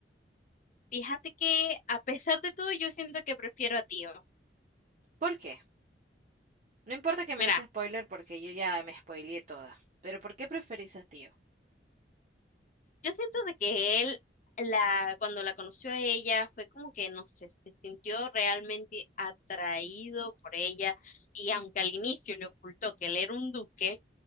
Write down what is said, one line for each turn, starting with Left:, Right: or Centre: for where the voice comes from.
Left: Fíjate que a pesar de todo, yo siento que prefiero a Tío.
Right: ¿Por qué? No importa que me
Left: Mira,
Right: des spoiler porque yo ya me spoileé toda, pero ¿por qué preferís a Tío?
Left: yo siento de que él, la, cuando la conoció a ella, fue como que, no sé, se sintió realmente atraído por ella. Y aunque al inicio le ocultó que él era un duque,